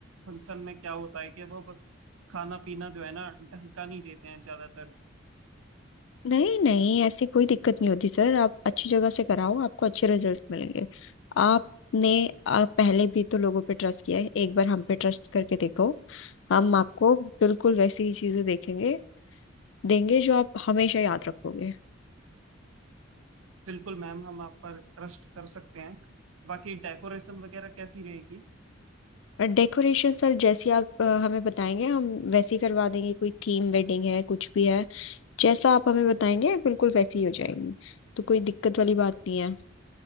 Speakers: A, on the right; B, on the left.
A: फंक्शन में क्या होता है कि वो खाना पीना जो है ना ढंग का नहीं देते हैं ज्यादातर
B: नहीं नहीं ऐसी कोई दिक्कत नहीं होती सर आप अच्छी जगह से कराओ आपको अच्छे रिजल्ट मिलेंगे आपने आप पहले भी तो लोगों पे ट्रस्ट किया है एक बार हम पे ट्रस्ट करके देखो हम आपको बिल्कुल वैसी ही चीजें देखेंगे देंगे जो आप हमेशा याद रखोगे
A: बिल्कुल मैम हम आप पर ट्रस्ट कर सकते हैं बाकी डेकोरेशन वगैरह कैसी रहेगी
B: और डेकोरेशन सर जैसी आप अ, हमें बताएंगे हम वैसी करवा देंगे कोई थीम वेडिंग है कुछ भी है जैसा आप हमें बताएंगे बिल्कुल वैसी ही हो जाएगी तो कोई दिक्कत वाली बात नहीं है